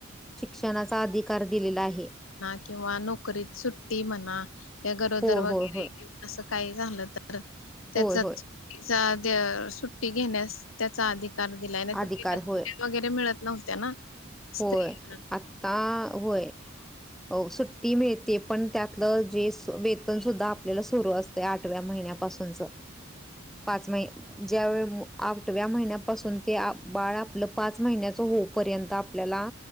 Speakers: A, in the centre; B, on the left.
A: शिक्षणाचा अधिकार दिलेला आहे.
B: म्हणा किंवा नोकरीत सुट्टी म्हणा... कि गरोदर
A: होय,
B: वगैरे
A: होय, होय.
B: किंवा अस- काही झालं तर.... त्या
A: होय, होय.
B: सुट्टी घेण्यास त्याचा अधिकार- दिलाय. नाही
A: अधिकार
B: पहिल्या
A: होय.
B: वगैरे मिळत नव्हत्या ना. स्त्रियांना
A: होय.... आता होय. हो सुट्टी मिळते. पण त्यातलं जे वेतन सुद्धा आपल्याला सुरु असते आठव्या महिन्यां- पासूनचं.... पाच महिने. ज्या वेळी आठव्या महिन्यापासून ते बाळ आपलं पाच महिन्याच होऊपर्यंत. आपल्याला